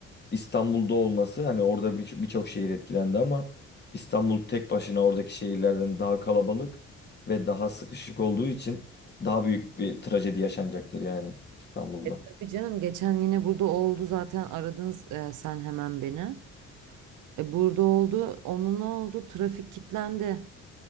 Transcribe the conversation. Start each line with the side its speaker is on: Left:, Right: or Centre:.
Left: İstanbul'da olması hani orada bir- birçok şehir etkilendi ama İstanbul tek başına oradaki şehirlerden daha kalabalık ve daha sıkışık olduğu için daha büyük bir trajedi yaşanacaktır yani İstanbul'da.
Right: E tabii canım geçen yine burada oldu zaten aradınız e, sen hemen beni. E, burada oldu. Onun ne oldu? Trafik kilitlendi.